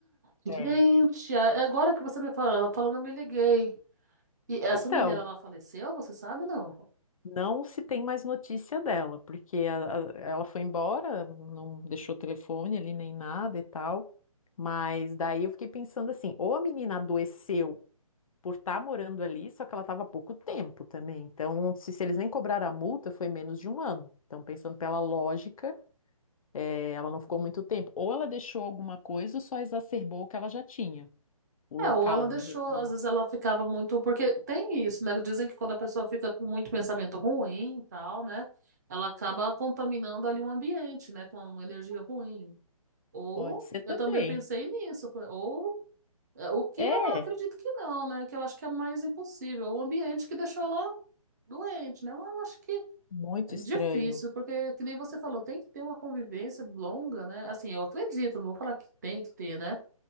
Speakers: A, on the right (about 30°); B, on the left (about 65°).
A: Gente,
B: É.
A: a- agora que você me fala- falando, eu me liguei. E essa
B: Então,
A: menina, ela faleceu, você sabe, não?
B: não se tem mais notícia dela, porque a- a- ela foi embora, não deixou telefone ali nem nada e tal. Mas daí eu fiquei pensando assim, ou a menina adoeceu por estar morando ali, só que ela estava há pouco tempo também. Então, se, se eles nem cobraram a multa, foi menos de um ano. Então, pensando pela lógica, eh, ela não ficou muito tempo. Ou ela deixou alguma coisa ou só exacerbou o que ela já tinha. O local,
A: É, ou ela deixou,
B: me refiro.
A: às vezes ela ficava muito, porque tem isso, né? Dizem que quando a pessoa fica com muito pensamento ruim e tal, né? Ela acaba contaminando ali o ambiente, né? Com uma energia ruim. Ou
B: Pode ser também.
A: eu também pensei nisso, foi- ou é, o que
B: É,
A: eu acredito que não, né? Que eu acho que é mais impossível, o ambiente que deixou ela doente, né? Mas eu acho que
B: muito
A: é difícil,
B: estranho.
A: porque que nem você falou, tem que ter uma convivência longa, né? Assim, eu acredito, não vou falar que tem que ter, né?